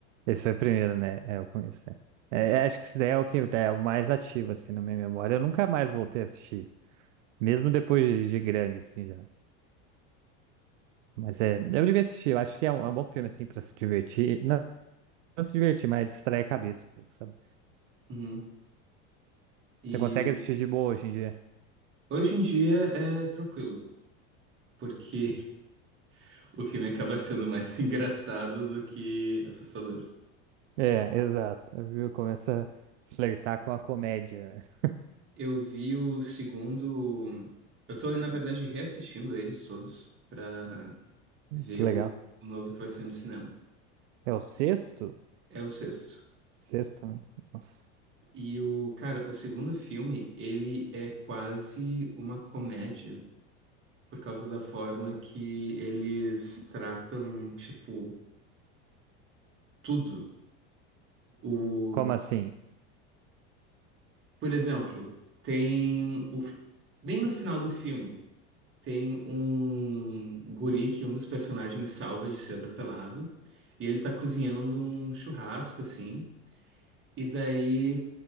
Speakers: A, on the right (about 80°); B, on the right (about 35°).
A: Esse foi o primeiro, né? É, o começo. É, É, acho que esse daí é o que é o mais ativo, assim, na minha memória. Eu nunca mais voltei a assistir Mesmo depois de, de grande, assim, já. Mas é, eu devia assistir, eu acho que é um, é um bom filme, assim, pra se divertir. Não, não se divertir, mas distrair a cabeça, um pouco, sabe?
B: Uhum. E
A: Você consegue assistir de boa hoje em dia.
B: hoje em dia é tranquilo, porque <laughs> o filme acaba sendo mais <laughs> engraçado do que assustador.
A: É, exato. Viu? Começa a flertar com a comédia. <laughs>
B: Eu vi o segundo. Eu tô, na verdade, reassistindo eles todos pra ver
A: Que legal.
B: o, o novo que vai ser no cinema.
A: É o sexto?
B: É o sexto.
A: Sexto, né? Nossa.
B: E o, cara, o segundo filme, ele é quase uma comédia por causa da forma que eles tratam, tipo, tudo. O,
A: Como assim?
B: por exemplo, tem o, bem no final do filme. Tem um guri que um dos personagens salva de ser atropelado. E ele tá cozinhando um churrasco, assim. E daí,